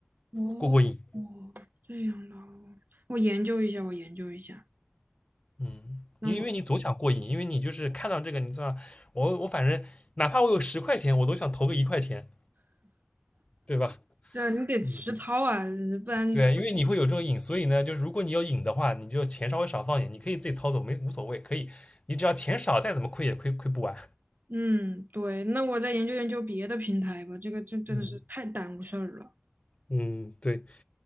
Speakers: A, on the right; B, on the left.
A: 哦哦，
B: 过过瘾。
A: 这样的哦我研究一下，我研究一下。
B: 嗯，
A: 那我
B: 因为你总想过瘾，因为你就是看到这个，你知道，我我反正哪怕我有十块钱，我都想投个一块钱，对吧？
A: 这你得实操啊，
B: 嗯，
A: 不然
B: 对啊，因为你会有这个瘾，所以呢，就是如果你有瘾的话，你就钱稍微少放一点，你可以自己操作，没无所谓，可以，你只要钱少，再怎么亏也亏亏不完。
A: 嗯，对，那我再研究研究别的平台吧，这个真真的是太耽误事儿了。
B: 嗯嗯，对。